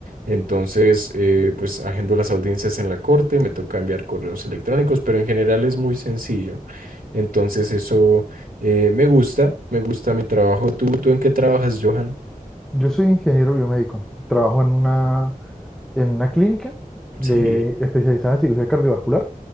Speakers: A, on the right (about 80°); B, in the centre.
A: Entonces, eh, pues agendo las audiencias en la corte, me toca enviar correos electrónicos, pero en general es muy sencillo. Entonces, eso eh, me gusta, me gusta mi trabajo. ¿Tú, tú en qué trabajas, Johan?
B: Yo soy ingeniero biomédico, trabajo en una, en una clínica de,
A: Sí,
B: especializada en cirugía cardiovascular,